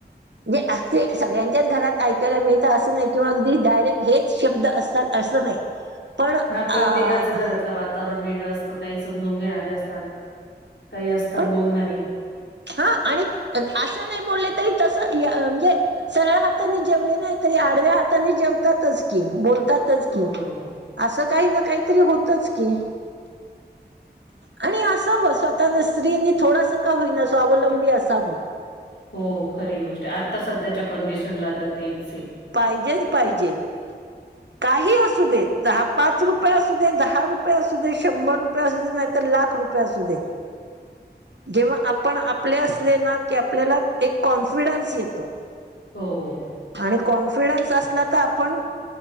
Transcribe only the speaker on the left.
हा
प्रत्येकाचं घरातलं वाता वातावरण वेगळं असतं, काही समजून घेणारे असतात काही असतात
बोलणारे
हो
हो, खरी गोष्ट ये आत्ता सध्याच्या कंडिशनला तर तेच ये.
हो.